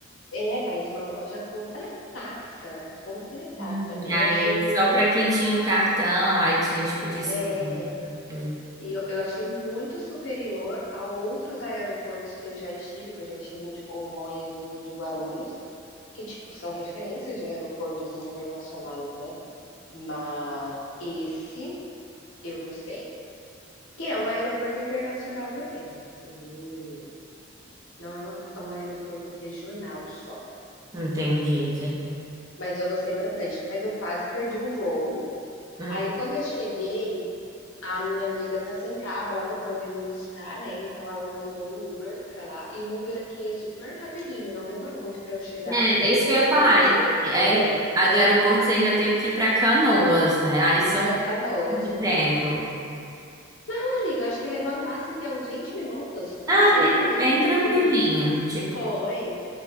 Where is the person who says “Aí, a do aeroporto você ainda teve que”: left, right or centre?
Right